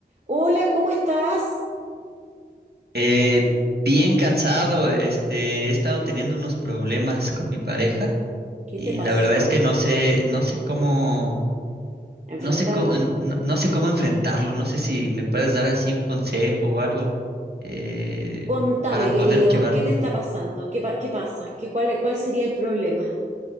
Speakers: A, on the right; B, on the right.
A: Hola, ¿cómo estás?
B: Eh, bien cansado, este, he estado teniendo unos problemas con mi pareja
A: ¿Qué
B: y
A: te pasó?
B: la verdad es que no sé, no sé cómo,
A: Enfrentarlo.
B: no sé cómo, no, no sé cómo enfrentarlo, no sé si me puedes dar así un consejo o algo eh,
A: Contame,
B: para poder
A: querido,
B: llevarlo.
A: ¿qué te está pasando? ¿Qué, pa- qué pasa? ¿Qué, cuál, cuál sería el problema?